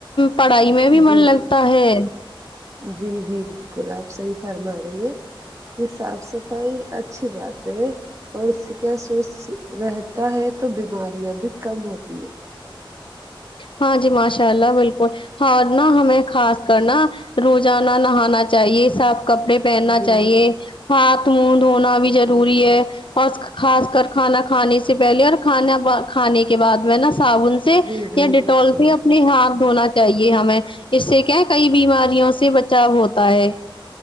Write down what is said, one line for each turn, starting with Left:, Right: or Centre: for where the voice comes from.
Left: پڑھائی میں بھی
Right: جی
Left: من لگتا ہے
Right: جی جی بالکل آپ صحیح فرما رہی ہے کہ صاف صفائی اچھی بات ہے اور اس سے کیا سوچھ رہتا ہے تو بیماریاں بھی کم ہوتی ہیں
Left: ہاں جی ماشاء اللہ بالکل ہار نہ ہمیں خاص کرنا روزانہ نہانا چاہیے صاف کپڑے پہننا
Right: جی
Left: چاہیے
Right: بالکل
Left: ہاتھ منہ دھونا بھی ضروری ہے اور خاص کر کھانا کھانے سے پہلے اور کھانا کھانے کے بعد میں نا تھا ان سے
Right: جی جی
Left: یا ڈیٹول
Right: بالکل
Left: سے اپنے ہاتھ دھونا چاہیے ہمیں اس سے کیا کئی بیماریوں سے بچاؤ ہوتا ہے